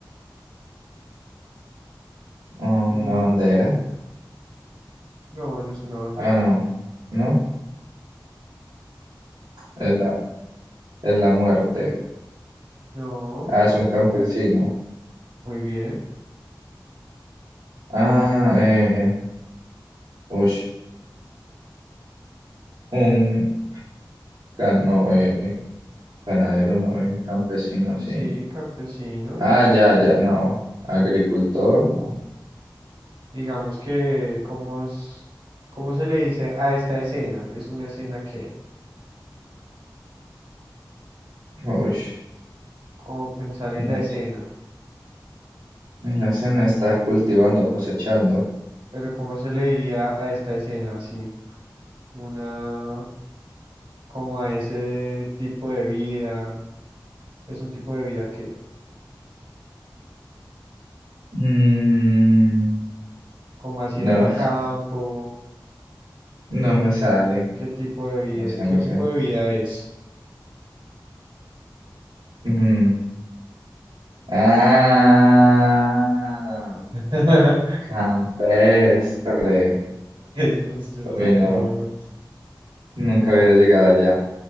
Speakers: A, on the right; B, on the right.
A: o una
B: Y
A: bandera.
B: no, no es una bandera.
A: Ah, no. ¿No? Es la, es la muerte.
B: No,
A: Ah, es un campesino.
B: muy bien.
A: Ah, eh. ush, Un gan- no, eh, ganadero, no, eh, un campesino, sí.
B: Sí, campesino
A: Ah,
B: y
A: ya,
B: los,
A: ya, no. Agricultor, no.
B: digamos que, ¿cómo, es- cómo se le dice a esta escena? Es una escena que,
A: Ush,
B: como pensar en
A: no
B: la escena,
A: sé. En la escena está cultivando, cosechando.
B: pero ¿cómo se le diría a esta escena así? una como a ese tipo de vida, es un tipo de vida que,
A: Mm,
B: como así
A: no,
B: en el campo,
A: <laughs> no me sale.
B: qué tipo de vida,
A: No sé,
B: qué
A: no
B: tipo
A: sé.
B: de vida es.
A: Mm, Ah,
B: <laughs>
A: campestre.
B: Es, no sé, yo no
A: Uy,
B: sabía
A: no,
B: cómo más.
A: nunca hubiera llegado allá.